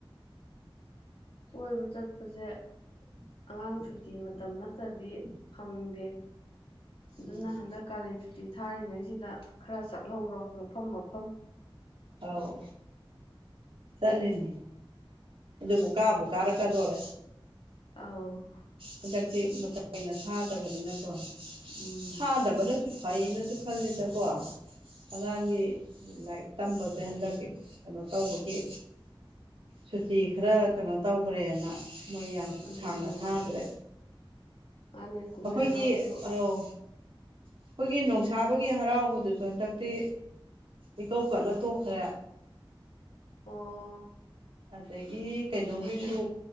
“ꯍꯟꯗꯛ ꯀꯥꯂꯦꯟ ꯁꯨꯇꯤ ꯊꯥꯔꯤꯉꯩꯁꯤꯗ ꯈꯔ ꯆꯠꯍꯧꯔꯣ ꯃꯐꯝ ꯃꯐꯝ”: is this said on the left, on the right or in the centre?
Left